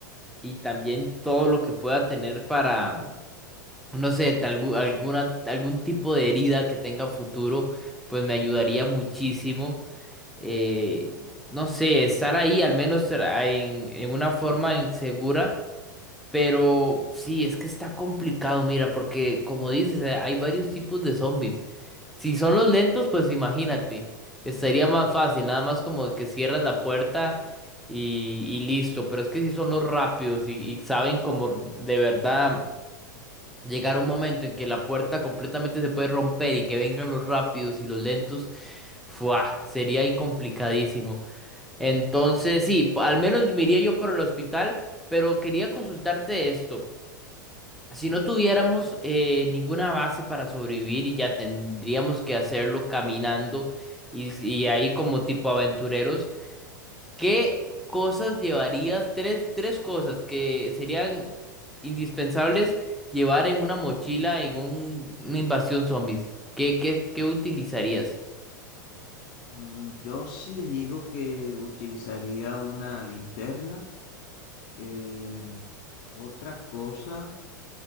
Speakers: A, in the centre; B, on the left.
A: y también todo lo que pueda tener para, no sé, tal, gu- alguna, algún tipo de herida que tenga futuro, pues me ayudaría muchísimo. eh, no sé, estar ahí al menos será en, en una forma insegura, pero sí, es que está complicado, mira, porque como dices, eh, hay varios tipos de zombies. Si son los lentos, pues imagínate, estaría más fácil, nada más como que cierras la puerta y, y listo, pero es que si son los rápidos y, y saben como de verdad llegar un momento en que la puerta completamente se puede romper y que vengan los rápidos y los lentos, ¡fua! sería incomplicadísimo. Entonces, sí, p- al menos me iría yo por el hospital, pero quería consultarte esto. Si no tuviéramos eh, ninguna base para sobrevivir y ya tendríamos que hacerlo caminando y, y ahí como tipo aventureros, ¿qué cosas llevarías? Tres, tres cosas que serían indispensables llevar en una mochila en un- una invasión zombies. ¿Qué, qué, qué utilizarías?
B: Mm, Yo sí digo que utilizaría una linterna. em, otra cosa,